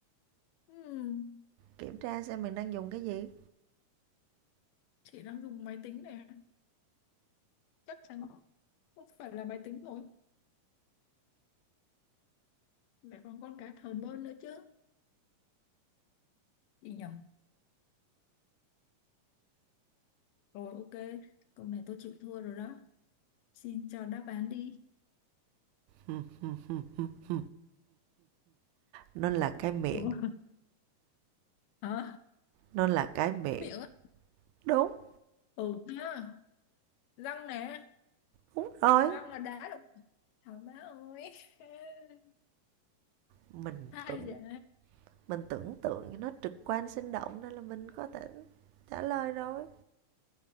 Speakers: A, on the left; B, on the right.
A: Ừm,
B: kiểm tra xem mình đang dùng cái gì
A: chị đang dùng máy tính này à? chắc chắn không phải là máy tính rồi mẹ còn con cá thờn bơn nữa chứ chị nhầm rồi ok câu này tôi chịu thua rồi đó xin cho đáp án đi
B: <laughs> nó là cái miệng
A: <laughs> ủa hả
B: nó là cái miệng
A: cái miệng á
B: đúng
A: ừ ha răng nè
B: đúng rồi
A: răng là đá đúng thảo má ơi <laughs>
B: mình
A: hai
B: tưởng
A: giờ
B: mình tưởng tượng cho nó trực quan sinh động nên là mình có thể trả lời rồi